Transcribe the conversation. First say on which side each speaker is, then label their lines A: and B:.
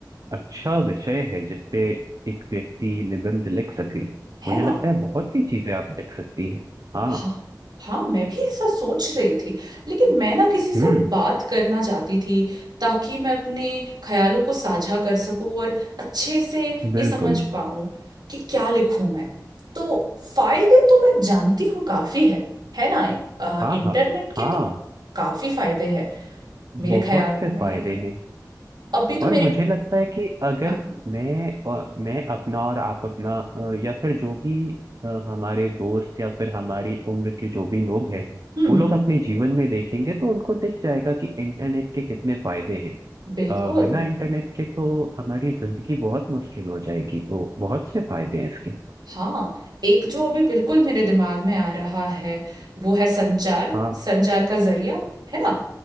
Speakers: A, on the right; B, on the right.
A: अच्छा विषय है जिसपे एक व्यक्ति निबंध लिख सके
B: है
A: मुझे
B: ना
A: लगता है बहुत सी चीजें आप लिख सकती हैं हाँ
B: हाँ हाँ मैं भी ऐसा सोच रही थी लेकिन मैं ना किसी से
A: हम्म
B: बात करना चाहती थी ताकि मैं अपने ख्यालों को साझा कर सकूं और अच्छे से
A: बिल्कुल
B: ये समझ पाऊं कि क्या लिखूं मैं तो फायदे तो मैं जानती हूँ काफी है है ना अ,
A: हाँ
B: इंटरनेट
A: हाँ
B: के
A: हाँ
B: तो काफी फायदे हैं मेरे
A: बहुत
B: ख्याल
A: से
B: में
A: फायदे हैं
B: अभी तो
A: और
B: मेरे
A: मुझे लगता है कि अगर
B: हाँ हाँ
A: मैं और मैं अपना और आप अपना अ, या फिर जो भी अ, हमारे दोस्त या फिर हमारी उम्र के जो भी लोग हैं
B: हम्म
A: वो
B: हम्म
A: लोग अपने जीवन में देखेंगे तो उनको दिख जाएगा कि इंटरनेट के कितने फायदे हैं
B: बिल्कुल
A: अ, बिना इंटरनेट के तो हमारी जिंदगी बहुत मुश्किल हो जाएगी तो बहुत से फायदे हैं इसके
B: हाँ एक जो अभी बिल्कुल मेरे दिमाग में आ रहा है वो है संचार
A: हाँ
B: संचार का जरिया है ना